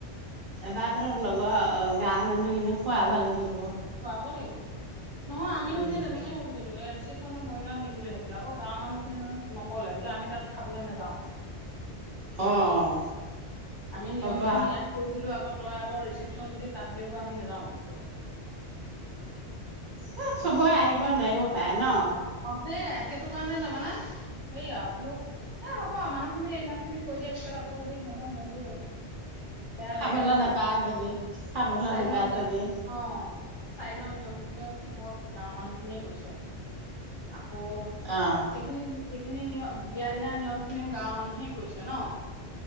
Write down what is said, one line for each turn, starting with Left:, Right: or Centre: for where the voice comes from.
Right: এবাৰ তোৰ লগৰ অ গাৱৰ মানুহ খিনি খোৱাব লাগিব
Left: খুৱাব লাগিব নহয় আমিও
Right: উম,
Left: এতিয়া তেনেকে ভাৱিছিলো ইয়াৰ ৰিচিপ চনো মৰিগাঁৱত দিম বুলি ভাৱিছিলো আকৌ গাঁৱৰ মানুহখিনিয়ে জানো নক'লে বোলে আমি তাত খাবলৈ নাযাওঁ
Right: অ',
Left: আমি নিয়ম
Right: ক'ব
Left: খিনি
Right: আ
Left: ইয়াত কৰি দিলো আগত তই আকৌ ৰিচিপশন যদি তাত দিয়গৈ আমি নাযাওঁ বুলি ক'লে
Right: এ চবৰে আহিব নোৱাৰিব পাৰে ন
Left: সেয়াই সেইটো কাৰণে তাৰমানে হেই আৰু বোলো এই হ'ব আৰু মানুহখিনিয়ে ইমানখিনি কৈ দিয়াৰ পিছত আকৌ যদি সিহঁতৰ মনটো বেয়া বেয়া
Right: খাবলৈ
Left: লাগে ন
Right: নাপায় যদি খাবলৈ
Left: চাৰিনৰ
Right: নাপায়
Left: নিয়
Right: যদি
Left: অ চাৰিনৰ নিয়ম খিনিও ধৰক গাঁৱৰ মানুহখিনিয়ে গৈছে আকৌ
Right: অ',
Left: এইখিনি এইখিনি নিয়ম বিয়া দিনাাৰ নিয়ম খিনিও গাঁৱৰ মানুহে কৈছে ন